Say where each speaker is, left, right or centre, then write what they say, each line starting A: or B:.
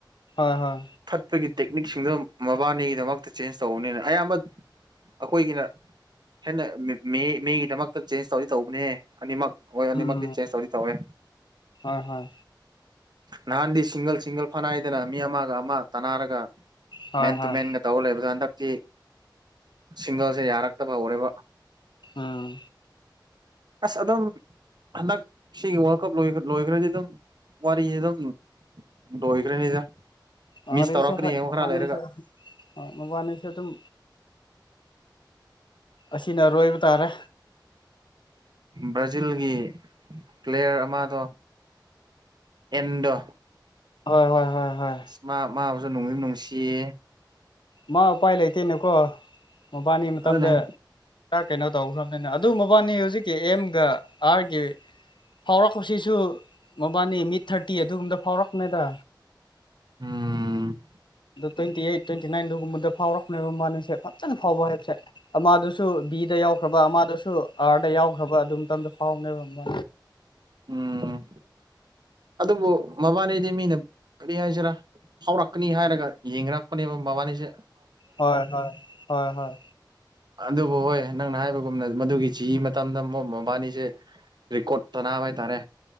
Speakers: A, on the left (about 75°); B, on the right (about 60°).
A: ꯍꯣꯏ ꯍꯣꯏ
B: ꯊꯠꯄꯒꯤ ꯇꯦꯛꯅꯤꯛꯁꯤꯡꯗꯣ ꯃꯕꯥꯅꯤꯒꯤꯗꯃꯛꯇ ꯆꯦꯟꯖ ꯇꯧꯕꯅꯤꯅ ꯑꯌꯥꯝꯕ ꯑꯩꯈꯣꯏꯒꯤꯅ ꯍꯦꯅꯅꯦ ꯃꯤꯒꯤꯗꯃꯛꯇ ꯆꯦꯟꯁ ꯇꯧꯕꯅꯦꯍꯦ ꯑꯅꯤꯃꯛ ꯍꯣꯏ ꯑꯅꯤꯃꯛꯀꯤ
A: ꯎꯝ
B: ꯆꯦꯁ ꯇꯧꯗꯤ ꯇꯧꯋꯦ
A: ꯍꯣꯏ ꯍꯣꯏ
B: ꯅꯍꯥꯟꯗꯤ ꯁꯤꯡꯒꯜ ꯁꯤꯡꯒꯜ ꯐꯅꯥꯏꯗꯅ ꯃꯤ ꯑꯃꯒ ꯑꯃꯒ ꯇꯅꯥꯔꯒ
A: ꯍꯣꯏ
B: ꯃꯦꯟ
A: ꯍꯣꯏ
B: ꯇꯨꯃꯦꯟꯒ ꯇꯧꯔ ꯂꯩꯕꯗꯣ ꯍꯟꯗꯛ ꯇꯤ ꯁꯤꯡꯒꯜꯁꯦ ꯌꯥꯔꯛꯇꯕ ꯍꯧꯔꯦꯕ
A: ꯑꯥ
B: ꯑꯁ ꯑꯗꯨꯝ ꯍꯟꯗꯛ ꯁꯤꯒꯤ ꯋꯥꯔꯜ ꯀꯞ ꯂꯣꯏꯈ꯭ꯔꯗꯤ ꯑꯗꯨꯝ ꯋꯥꯔꯤꯁꯤ ꯑꯗꯨꯝ ꯂꯣꯏꯈ꯭ꯔꯅꯤꯗ
A: ꯑꯥꯔ
B: ꯃꯤꯁ ꯇꯧꯔꯛꯀꯅꯤ
A: ꯑꯁꯨ ꯍ
B: ꯌꯦꯡꯉꯣ ꯈꯔ
A: ꯃꯣꯕꯅꯤꯁꯨ
B: ꯂꯩꯔꯒ
A: ꯃꯣꯕꯥꯅꯤꯁꯨ ꯑꯗꯨꯝ ꯑꯁꯤꯅ ꯑꯔꯣꯏꯕ ꯇꯥꯔꯦ
B: ꯕ꯭ꯔꯥꯖꯤꯜꯒꯤ ꯄ꯭ꯂꯦꯌꯔ ꯑꯃꯗꯣ ꯑꯦꯟꯗꯣ
A: ꯍꯣꯏ ꯍꯣꯏ ꯍꯣꯏ ꯍꯣꯏ
B: ꯃ ꯃꯕꯨꯖꯨ ꯅꯨꯡꯗꯤ ꯅꯨꯡꯁꯤꯌꯦ
A: ꯃꯥ ꯎꯄꯥꯏ ꯂꯩꯇꯦꯅꯀꯣ ꯃꯕꯥꯅꯤ ꯃꯇꯝꯗ
B: ꯑꯗꯨꯅꯦ
A: ꯈ ꯀꯩꯅꯣ ꯇꯧꯈ꯭ꯔꯕꯅꯤꯅ ꯑꯗꯨ ꯃꯕꯥꯅꯤ ꯍꯧꯖꯤꯛꯀꯤ ꯑꯦꯝꯒ ꯑꯥꯔꯒꯤ ꯐꯥꯎꯔꯛꯄꯁꯤꯁꯨ ꯃꯕꯥꯅꯤ ꯃꯤꯠ ꯊꯥꯔꯇꯤ ꯑꯗꯨꯒꯨꯝꯕꯗ ꯐꯥꯎꯔꯛꯄꯅꯦꯗ
B: ꯎꯝ
A: ꯑꯗꯨꯣ ꯇ꯭ꯋꯦꯟꯇꯤ ꯑꯩꯠ ꯇ꯭ꯋꯦꯟꯇꯤ ꯅꯥꯏꯟꯗꯨꯒꯨꯝꯕꯗ ꯐꯥꯎꯔꯛꯅꯦꯕ ꯃ ꯃꯥꯅꯁꯦ ꯐꯖꯅ ꯐꯥꯎꯕ ꯍꯥꯏꯕꯁꯦ ꯑꯃꯗꯨꯁꯨ ꯕꯤꯗ ꯌꯥꯎꯈ꯭ꯔꯕ ꯑꯃꯗꯁꯨ ꯑꯥꯔꯗ ꯌꯥꯎꯈ꯭ꯔꯕ ꯑꯗꯨ ꯃꯇꯝꯗ ꯐꯥꯎꯅꯦꯕ ꯑꯃ
B: ꯎꯝ ꯑꯗꯨꯕꯨ ꯃꯕꯥꯅꯤꯗꯤ ꯃꯤꯅ ꯀꯔꯤ ꯍꯥꯏꯁꯤꯔꯥ ꯐꯥꯎꯔꯛꯀꯅꯤ ꯍꯥꯏꯔꯒ ꯌꯦꯡꯅꯔꯛꯄꯅꯦꯕ ꯃꯥꯕꯥꯅꯤꯁꯦ
A: ꯍꯣꯏ ꯍꯣꯏ ꯍꯣꯏ ꯍꯣꯏ
B: ꯑꯗꯨꯕꯨ ꯍꯣꯏ ꯅꯪꯅ ꯍꯥꯏꯕꯒꯨꯝꯅ ꯃꯗꯨꯒꯤ ꯆꯤ ꯃꯇꯝꯗ ꯃ ꯃꯕꯥꯅꯤꯁꯦ ꯔꯦꯀꯣꯔꯠ ꯇꯅꯥꯕ ꯍꯥꯏꯇꯥꯔꯦ